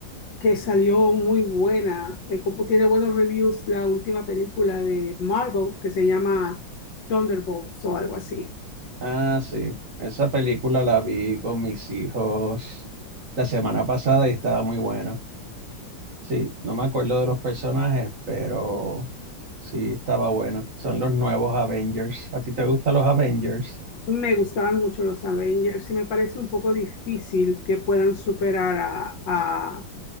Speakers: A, on the left; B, on the right.
A: que salió muy buena, eh, como tiene buenos reviews la última película de Marvel que se llama Thunderbolts o algo así.
B: Ah, sí. Esa película la vi con mis hijos la semana pasada y estaba muy buena. Sí, no me acuerdo de los personajes, pero sí estaba buena. Son los nuevos Avengers. ¿A ti te gustan los Avengers?
A: Me gustaban mucho los Avengers y me parece un poco difícil que puedan superar a, a-